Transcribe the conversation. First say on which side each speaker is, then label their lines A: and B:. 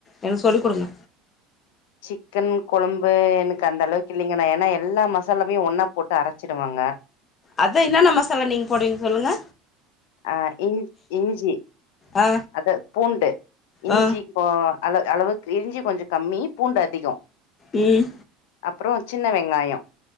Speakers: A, on the left; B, on the left.
A: எனக்கு சொல்லி குடுங்க
B: சிக்கன் கொழம்பு எனக்கு அந்த அளவுக்கு இல்லங்க நா ஏன்னா எல்லா மசாலாவயு ஒன்னா போட்டு அரச்சிடுவங்க
A: அதா என்னென்னா மசாலா நீங்க போடுவீங்க சொல்லுங்க
B: ஆ இஞ் இஞ்சி
A: ஆ
B: அத பூண்டு இஞ்சி
A: ஆ
B: இப்ப அள அளவுக்கு இஞ்சி கொஞ்ச கம்மி பூண்டு அதிகொ
A: இ
B: அப்பறொ சின்ன வெங்காயொ